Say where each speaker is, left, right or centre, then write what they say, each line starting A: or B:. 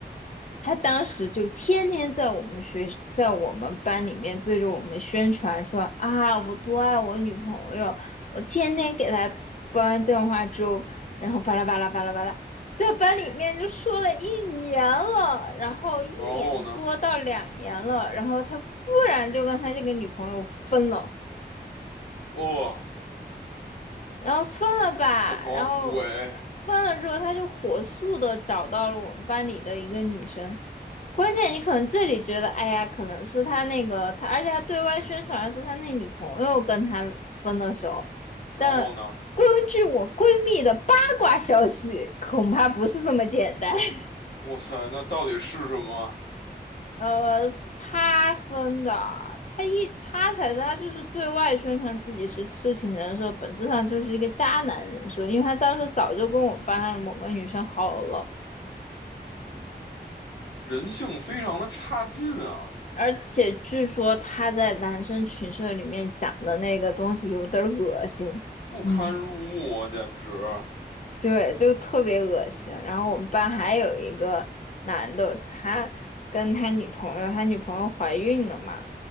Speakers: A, on the left (about 45°); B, on the left (about 80°).
A: 他当时就天天在我们学，在我们班里面对着我们宣传说啊，我多爱我女朋友，我天天给她煲电话粥，然后巴拉巴拉巴拉巴拉，在班里面就说了一年了，然后一年多到两年了，
B: 然后呢？
A: 然后他忽然就跟他这个女朋友分了。
B: 哦，
A: 然后分了吧，
B: 什么鬼？
A: 然后分了之后，他就火速的找到了我们班里的一个女生。关键你可能这里觉得，哎呀，可能是他那个他，而且他对外宣传的是他那女朋友跟他分的手，
B: 然后呢？
A: 但根据我闺蜜的八卦消息，恐怕不是这么简单。<laughs>
B: 哇塞，那到底是什么？
A: 呃，是他分的啊，他一他才是他就是对外宣传自己是痴情人设，本质上就是一个渣男人设，因为他当时早就跟我们班上的某个女生好了，
B: 人性非常的差劲啊，
A: 而且据说他在男生群社里面讲的那个东西有点儿恶心，
B: 不堪入目啊，
A: 嗯。
B: 简直！
A: 对，就特别恶心。然后我们班还有一个男的，他跟他女朋友，他女朋友怀孕了嘛，